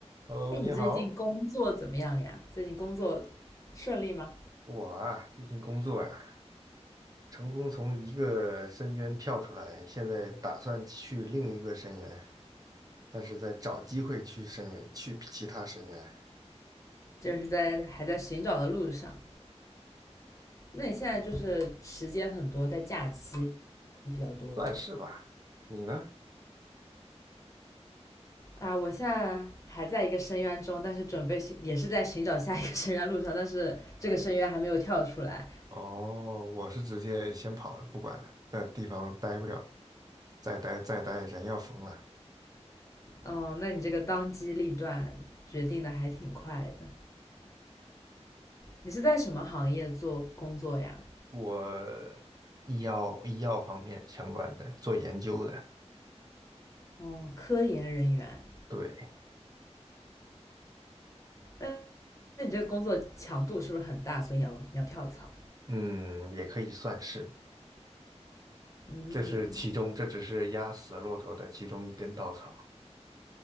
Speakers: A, on the right; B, on the left.
A: Hello，
B: 哎，你最近工作怎么样呀？
A: 你好，
B: 最近工作顺利吗？
A: 我啊，最近工作呀、成功从一个深渊跳出来，现在打算去另一个深渊，但是在找机会去深渊，去其他深渊，
B: 就是在还在寻找的路上。那你现在就是时间很多，在假期比较多了
A: 算是吧。你呢？
B: 啊。我现在还在一个深渊中，但是准备寻也是在寻找下一个 <laughs> 深渊路上，但是这个深渊还没有跳出来。
A: 哦，我是直接先跑了，不管了，在地方待不了，再待再待人要疯了。
B: 嗯，那你这个当机立断决定的还挺快的。你是在什么行业做工作呀？
A: 我医药医药方面相关的，做研究的，
B: 哦，科研人员。
A: 对，
B: 那那你这个工作强度是不是很大？所以你要你要跳槽？
A: 嗯，也可以算是。
B: 嗯，
A: 这是其中，这只是压死骆驼的其中一根稻草。